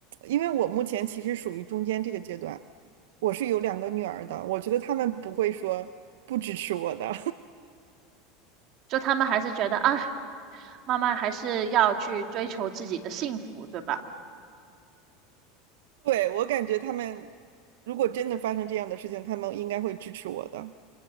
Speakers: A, on the right; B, on the right.
A: 因为我目前其实属于中间这个阶段，我是有两个女儿的，我觉得他们不会说不支持我的。
B: 就他们还是觉得啊，慢慢还是要去追求自己的幸福，对吧？
A: 对，我感觉他们如果真的发生这样的事情，他们应该会支持我的。